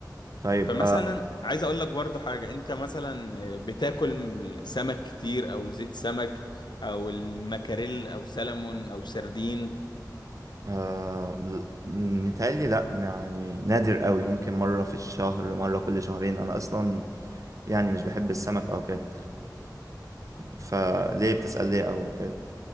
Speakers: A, on the right; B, on the left.
A: طيب
B: فمثلا
A: آه،
B: عايز اقول لك برضه حاجه انت مثلا آه، بتاكل سمك كتير او زيت سمك او المكاريل او سلمون او سردين
A: آه م- متهيألي لأ يعني نادر قوي ممكن مرة في الشهر مرة كل شهرين أنا أصلا يعني مش بحب السمك أو كده فليه بتسأل ليه أو كده